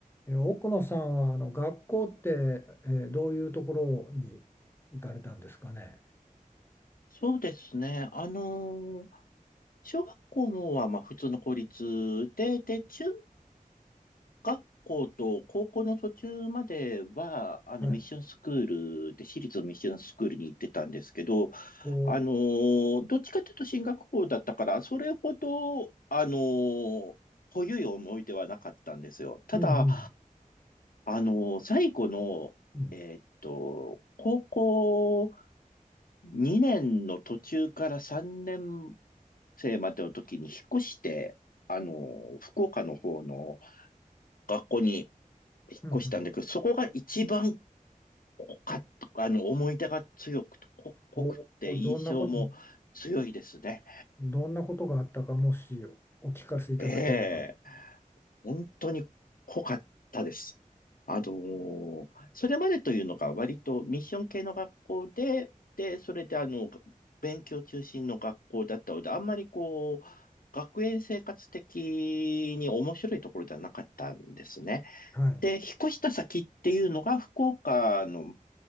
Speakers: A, on the left (about 15°); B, on the left (about 75°).
A: え、奥野さんはあの学校って、えーどういうところに行かれたんですかね。
B: そうですね。あのー小学校のはまあ普通の公立で、で、中学校と高校の途中までは、あの、
A: はい。
B: ミッションスクールで、私立のミッションスクールに行ってたんですけど、
A: ほ
B: あのーどっちかというと進学校だったから、それほど、あのー濃ゆい思い出はなかったんですよ。ただ、
A: う。うんうん。
B: あのー最後の、
A: うん。
B: えーっと、高校2年の途中から3年生までの時に引っ越して、あの、福岡の方の学校に引っ越したんだけど、
A: うんうん。
B: そこが一番濃かった、あの、思い出が強くて、濃濃くて印象も強いですね。
A: ほう。どんなこ、どんなことがあったか、もしお聞かせいただければ。
B: ええ本当に濃かったです。あのーそれまでというのが割とミッション系の学校で、で、それであの、勉強中心の学校だったので、あんまりこう、学園生活的に面白いところではなかったんですね。
A: はい。
B: で、引っ越した先っていうのが福岡の、